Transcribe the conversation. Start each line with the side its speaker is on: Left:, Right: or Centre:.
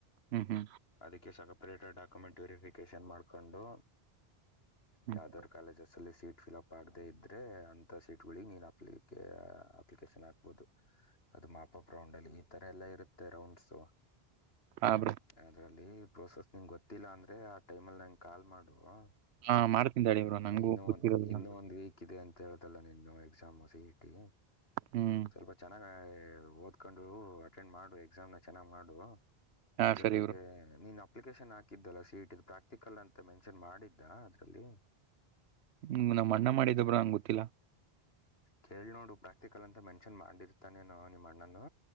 Right: ಹು ಹು
Left: ಅದಕ್ಕೆ ಸಕಪ್ರೇಟೆಡ್ ಅಂತ ಡಾಕ್ಯುಮೆಂಟ್ ವೆರಿಫಿಕೇಶನ್ ಮಾಡ್ಕೊಂಡು.
Right: ಹ್ಮ್
Left: ಯಾವ್ದಾರ ಕಾಲೇಜಸ್ ಅಲ್ಲಿ ಸೀಟ್ ಫಿಲಪ ಆಗದೆೇ ಇದ್ರೆ ಅಂತ ಸೀಟ್. <unintelligible> ನೀನು ಅಪ್ಲಿಕೆ ಅಪ್ಲಿಕೇಶನ್ ಹಾಕ್ಬಹುದು. ಅದು ಮಾಪಪ್ ರೌಂಡ್ ಅಲ್ಲಿ ಈ ತರ ಎಲ್ಲಾ ಇರುತ್ತೆ ರೌಂಡ್ಸು.
Right: ಹಾ ಬ್ರೋ.
Left: ಅದ್ರಲ್ಲಿ ಪ್ರೋಸೆಸ್ ನಿಂಗ ಗೊತ್ತಿಲ್ಲ ಅಂದ್ರೆ ಆ ಟೈಮಲ್ಲಿ ನಂಗೆ ಕಾಲ್ ಮಾಡು ಹಾ
Right: ಹಾ ಮಾಡ್ತೀನಿ ತಡಿ ಬ್ರೋ ನಂಗೂ
Left: ಇನ್ನು
Right: ಗೊತ್ತಿರೋದಿಲ್ಲ
Left: ಒಂದ ಇನ್ನು ಒಂದ್ ವೀಕ್ ಸಿಕ್ಕಿದೆ ಅಂತ ಹೇಳ್ದಲ್ಲ ನಿನ್ನ ಎಕ್ಸಾಮ್ ಸಿ ಇ ಟಿ
Right: ಹ್ಮ್
Left: ಸ್ವಲ್ಪ ಚೆನ್ನಾಗ ಓದ <unintelligible> ಕಂಡು ಅಟೆಂಡ್ ಮಾಡು ಎಕ್ಸಾಮ್ನ ಚೆನ್ನಾಗ ಮಾಡು
Right: ಹಾ
Left: ಜೊತೆಗೆ
Right: ಸರಿ ಬ್ರೋ
Left: ನೀನ್ ಅಪ್ಲಿಕೇಶನ್ ಹಾಕಿದ್ದಲ್ಲ ಸಿ ಇ ಟಿ ದ್ ಪ್ರಾಕ್ಟಿಕಲ್ ಅಂತ ಮೆನ್ಷನ್ ಮಾಡಿದ್ದಾ ಅದರಲ್ಲಿ
Right: ಹು ನಾಮ್ಮ ಅಅ್ಣ ಮಾಡಿದ್ದ ಬ್ರೋ ನಂಗ ಗೊತ್ತಿಲ್ಲ.
Left: ಕೇಳಿ ನೋಡು ಪ್ರಾಕ್ಟಿಕಲ್ ಅಂತ ಮೆನ್ಷನ್ ಮಾಡಿರ್ತಾನೆನೋ ನಿಮ್ಮ ಅಣ್ಣನು